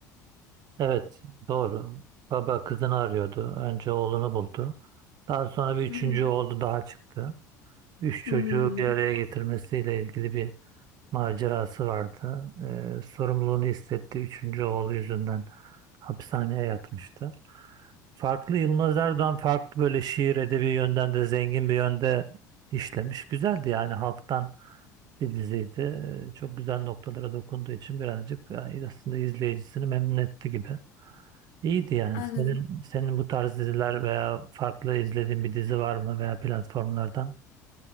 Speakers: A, on the right; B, on the left.
A: Evet, doğru. Baba kızını arıyordu. Önce oğlunu buldu. Daha sonra bir üçüncü
B: Hı hı.
A: oğlu daha çıktı. Üç
B: Hmm,
A: çocuğu bir araya getirmesiyle ilgili bir macerası vardı. Ee, sorumluluğunu hissettiği üçüncü oğlu yüzünden hapishaneye yatmıştı. Farklı Yılmaz Erdoğan farklı böyle şiir edebi yönden de zengin bir yönde işlemiş. Güzeldi yani halktan bir diziydi. Ee, Çok güzel noktalara dokunduğu için birazcık yani aslında izleyicisini memnun etti gibi. İyiydi yani.
B: anladım.
A: Senin, senin bu tarz diziler veya farklı izlediğin bir dizi var mı veya platformlardan?